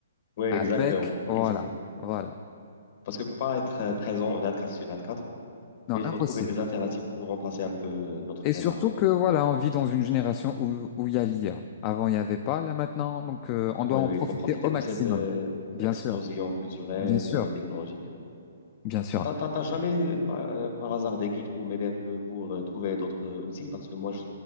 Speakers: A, on the left (about 40°); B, on the left (about 20°).
A: Oui, exactement,
B: Avec, voilà,
A: exactement.
B: voilà.
A: Parce que ne peut pas être euh, présent 24 sur 24,
B: Non,
A: mais il
B: impossible.
A: faut trouver des alternatives pour remplacer un peu euh, notre
B: Et
A: présence
B: surtout
A: et tout.
B: que, voilà, on vit dans une génération où, où il y a l'IA. Avant, il n'y avait pas, là maintenant, donc euh, on doit
A: Oui,
B: en
A: oui,
B: profiter
A: il faut profiter
B: au
A: de
B: maximum.
A: cette euh,
B: Bien
A: explosion
B: sûr,
A: culturelle
B: bien sûr,
A: et technologique.
B: bien sûr.
A: T'as, t'as, t'as jamais, euh, par, euh, par hasard, des guides pour m'aider un peu, pour euh, trouver d'autres euh, outils? Parce que moi, je,